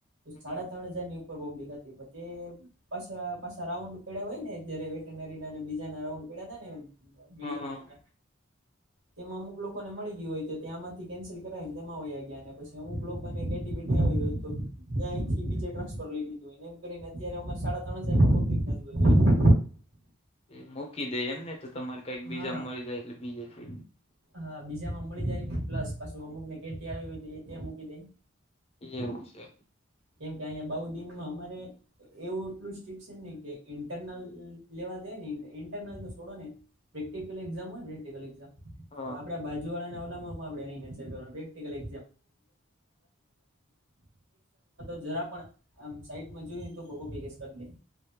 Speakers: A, on the left; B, on the right.
A: હમ
B: સાડા ત્રણ હજાર ની ઉપર પબ્લિક હતી તે પાછ પાછા રાઉન્ડ પે હોય ને જય વેટનરી ના બીજા ના રાઉન્ડ પે ને મેડિકલ
A: હા હા
B: લાઈન તેમાં અમુક લોકોને મળી ગયું હોય તો ત્યાંમાંથી કેન્સલ કરાવી ને તેમાંયા ગયા અને પછી અમુક લોકો બેટી આવી હોય તો ત્યાંંથી બીજે ટ્રાન્સફર લઈ લીધું. એમ કરીને અત અમા સાડા ત્રણ હજારબ
A: એ મૂકી દે એમને તો તમારે કઈક બીજા
B: હા
A: મળી જાય એટલે બીજે છે.
B: હા બીજા માં મળી જાય પ્લસ પાછું અમુક ને ગેટી આવી હોય એ ત્યાં મૂકી દાય.
A: એટલે એવું છે.
B: કેમ કે અહીયાયા બઉ દિનમાં અમારે એવું એટલું સ્ટ્રિક છે ને કે ઇન્ટરનલ લેવા હોય ને ઇન્ટરનલ તો છોડો ને પ્રેક્ટિકલ એક્ઝામ હોય ને પ્રેકલ એામ
A: હા
B: તો આપડા બાજુ વાળાના ઓલા. કરવાલામ તો કરવા <unintelligible> જરા પણ આમ સાઈટમાં જોયું તોપીગસ કરી દે.